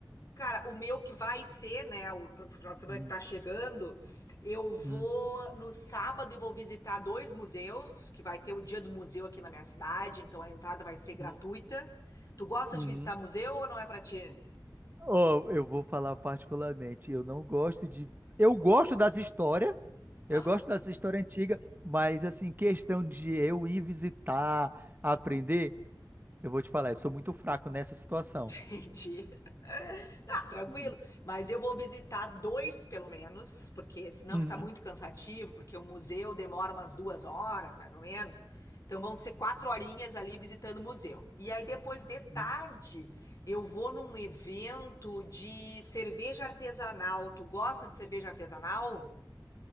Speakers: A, on the left (about 45°); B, on the right (about 25°).
A: Cara, o meu que vai ser, né, o pro- final de semana
B: Uhum.
A: que tá chegando, eu vou
B: Uhum.
A: no sábado e vou visitar dois museus, que vai ter o dia do museu aqui na minha cidade, então a entrada vai ser gratuita.
B: Uhum.
A: Tu gosta
B: Uhum.
A: de visitar museu ou não é pra ti?
B: Ó, eu vou falar particularmente, eu não gosto de. Eu gosto das histórias, eu
A: Aham.
B: gosto das histórias antigas, mas assim, questão de eu ir visitar, aprender, eu vou te falar, eu sou muito fraco nessa situação.
A: <laughs> Entendi. Tá, tranquilo.
B: Uhum,
A: Mas eu vou visitar dois, pelo menos, porque senão
B: uhum,
A: fica muito cansativo, porque o museu demora umas duas horas, mais ou menos. Então vão ser quatro horinhas ali visitando o museu. E aí depois de tarde
B: uhum.
A: eu vou num evento de cerveja artesanal. Tu gosta de cerveja artesanal?